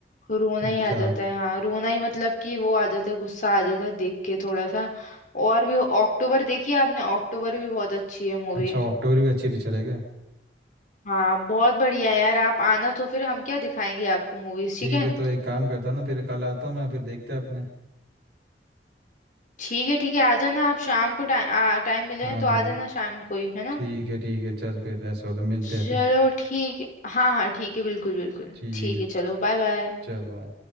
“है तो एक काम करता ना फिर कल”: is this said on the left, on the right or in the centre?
Right